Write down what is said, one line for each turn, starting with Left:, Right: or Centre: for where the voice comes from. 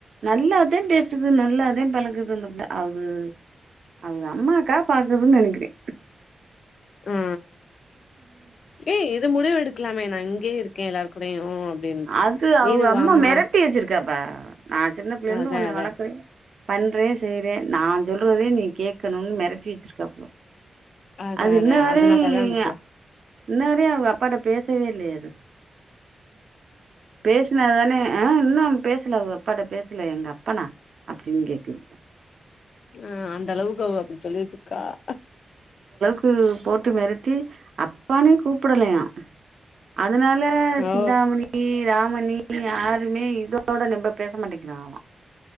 Right: நல்லாதா பேசுது நல்லாதா பழகுது அந்த புள்ள அது அவுக அம்மாக்காக பாக்குதுன் நெனைக்கிறே
Left: ஆ ஆ ஏ இது முடிவு எடுக்கலாமே நா இங்கயே இருக்கே எல்லாரு கூடயு அப்டின்ட்டு
Right: அது அவுக
Left: நீனு
Right: அம்மா
Left: வாமா
Right: மிரட்டி வச்சிருக்கேப்ப நா சின்ன பிள்ளேலருந்து
Left: அதா
Right: ஒன்னய
Left: அதா
Right: வளக்குறே பண்றே செய்றே நா சொல்றதே நீ கேட்கணுன்னு மிரட்டி வச்சிருக்கே அப்பறோ
Left: அதா
Right: அது
Left: அதா
Right: இன்ன வரைய
Left: அதனாலதா அந்த புள்ள
Right: இன்ன வரையு அவுக அப்பாட்ட பேசவே இல்லையே அது பேசுனா தானே ஆ இன்னம் பேசல அவுக அப்பாட்ட பேசல எங்க அப்பனா அப்டின் கேக்குது
Left: ஆ அந்த அளவுக்கு அவுக அப்புடி சொல்லிவச்சுருக்காக
Right: அது போட்டு மிரட்டி அப்பான்னே கூப்டலயா அ அதுனால
Left: ஓ
Right: சிந்தாமணி ராமணி யாருமே இதோட நெம்ப பேச மாட்டேங்கிறாங்களா